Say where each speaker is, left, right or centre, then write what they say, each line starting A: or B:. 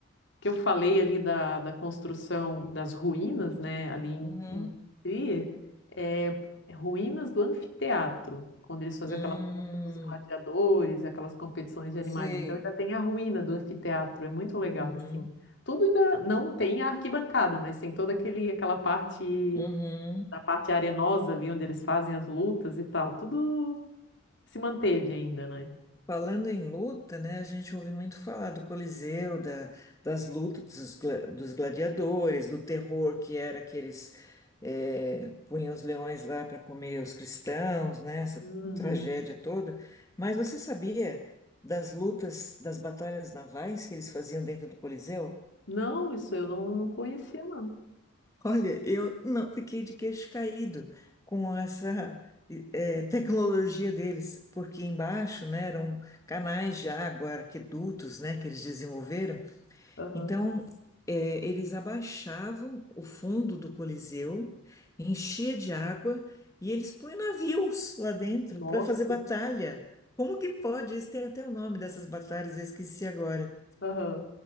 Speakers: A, on the left; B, on the left.
A: que eu falei ali da, da construção das ruínas, né, ali em,
B: Uhum.
A: em Trier, é é ruínas do anfiteatro, quando eles faziam
B: Hum,
A: aquela luta dos gladiadores, aquelas competições de animais.
B: sei.
A: Então ainda tem a ruína do anfiteatro, é muito legal,
B: Uhum.
A: assim. Tudo ainda não tem a arquibancada, mas tem toda aquele, aquela parte.
B: Uhum.
A: da parte arenosa ali, onde eles fazem as lutas e tal, tudo se manteve ainda, né?
B: Falando em luta, né, a gente ouve muito falar do Coliseu, da, das lutas dos, gla- dos gladiadores, do terror que era que eles eh, punham os leões lá para comer os cristãos, né, essa
A: Uhum.
B: tragédia toda. Mas você sabia das lutas, das batalhas navais que eles faziam dentro do Coliseu?
A: Não, isso eu não, não conhecia, não.
B: Olha, eu não fiquei de queixo caído com essa eh, tecnologia deles, porque embaixo, né, eram canais de água, arquedutos, né, que eles desenvolveram.
A: Aham.
B: Então, eh, eles abaixavam o fundo do Coliseu, enchia de água e eles põem navios lá dentro
A: Nossa.
B: para fazer batalha. Como que pode? Isso tem até o nome dessas batalhas, eu esqueci agora.
A: Aham.